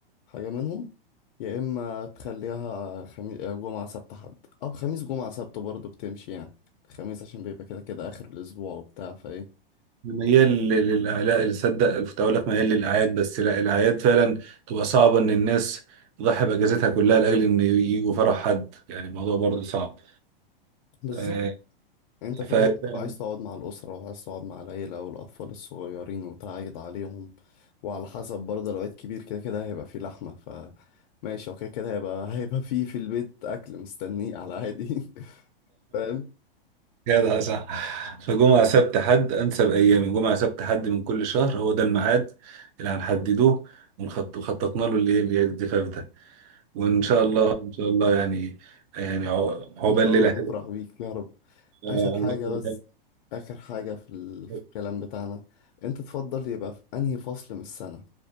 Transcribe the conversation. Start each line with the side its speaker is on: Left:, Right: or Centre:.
Left: حاجه منهم يا اما تخليها خميس جمعه سبت حد او خميس جمعه سبت برضه بتمشي يعني الخميس عشان بيبقى كده كده اخر الاسبوع وبتاع فايه
Right: ميال لل- لل- لا اللي صدق كنت اقول لك ميال للاعياد بس لا الاعياد فعلا تبقى صعبه ان الناس تضحي باجازتها كلها لاجل ان يجوا فرح حد يعني الموضوع برضه صعب
Left: بالظبط
Right: آه،
Left: انت في
Right: ف
Left: العيد بتبقى
Right: <laughs>
Left: عايز تقعد مع الاسره وعايز تقعد مع العيله والاطفال الصغيرين وتعيد عليهم وعلى حسب برضه لو عيد كبير كده كده هيبقى فيه لحمه ف ماشي اوكي كده هيبقى هيبقى فيه في البيت اكل مستنيه على عادي <laughs> فاهم
Right: جدع صح فجمعة سبت حد أنسب أيامي جمعة سبت حد من كل شهر هو ده الميعاد اللي هنحدده ونخط- وخططنا له الإيه الجفاف ده وإن شاء الله إن شاء الله يعني يعني عق- عقبال
Left: ان شاء
Right: ليلة
Left: الله
Right: حلوة
Left: نفرح بيك يا رب اخر
Right: آه،
Left: حاجه
Right: عقبال
Left: بس
Right: ليلة
Left: اخر حاجه في, ال... في
Right: حلوة
Left: الكلام بتاعنا انت تفضل يبقى في انهي فصل من السنه